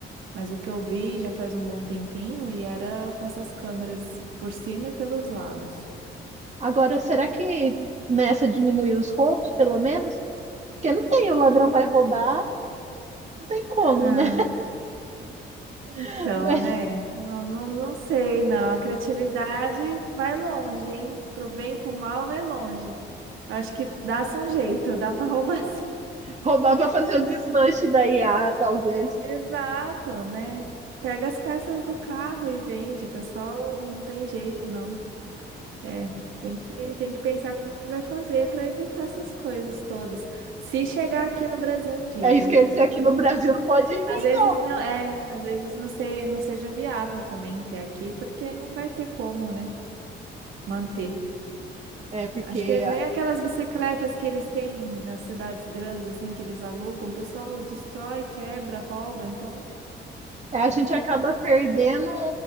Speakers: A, on the right; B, on the right.
A: Mas o que eu vi já faz um bom tempinho e era com essas câmeras por cima e pelos lados.
B: Agora, será que nessa diminuir os roubos, pelo menos? Porque não tem, o ladrão vai roubar, não tem como,
A: Ah,
B: né?
A: então,
B: <laughs>
A: né? Não, não, não sei, não. A criatividade vai longe, hein? Pro bem e pro mal vai longe. Eu acho que dá-se um jeito, dá para <laughs> roubar sim.
B: Roubar para fazer o desmanche da IA, talvez.
A: Exato, né? Pega as peças do carro e vende. O pessoal não tem jeito, não. É, tem que, tem que pensar como é que vai fazer para evitar essas coisas todas. Se chegar aqui no Brasil um dia,
B: É isso
A: né?
B: que eu ia dizer, aqui no Brasil não pode vir,
A: Às vezes
B: não.
A: não é, às vezes não sei, não seja viável também ter aqui, porque não vai ter como, né? Manter.
B: É porque
A: Acho que nem
B: a,
A: aquelas bicicletas que eles têm nas cidades grandes, assim, que eles alugam, o pessoal destrói, quebra, rouba, então.
B: é, a gente acaba perdendo